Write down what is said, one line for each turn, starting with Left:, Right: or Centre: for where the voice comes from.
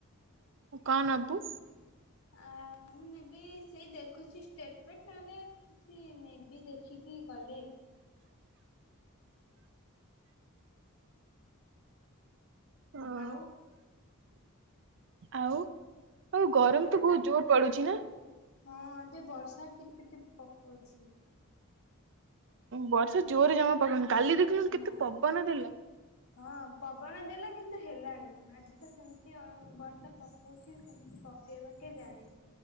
Right: ହଁ କଣ ନବୁ?
Left: ଆ ମୁଁ ନେବି ସେଇ ଦେଖୁଛି ଷ୍ଟେଟମେଣ୍ଟ୍ ନହେଲେ କିଛି ନେବି ଦେଖିକି ଗଲେ।
Right: ଅଁ,
Left: ଆଉ
Right: ଆଉ ଆଉ ଗରମ
Left: ନା ସବୁ
Right: ତ ବହୁତ୍ ଜୋର୍ ପଡୁଛି ନା?
Left: ହଁ ଏବେ ବର୍ଷା ଟିପିଟିପ୍ ପକଉଛି।
Right: ବର୍ଷା ଜୋରରେ ଜମା ପକଉନି। କାଲି ଦେଖିଲିନୁ
Left: ନା।
Right: କେତେ ପବନ ଦେଲା।
Left: ହଁ ପବନ ଦେଲା କିନ୍ତୁ ହେଲାନି। <inaudible> ଆଜି ତ ସେମିତି ଆଉ, ବର୍ଷା ପକଉଛି କେମିତି ପକେଇବ କେଜାଣେ,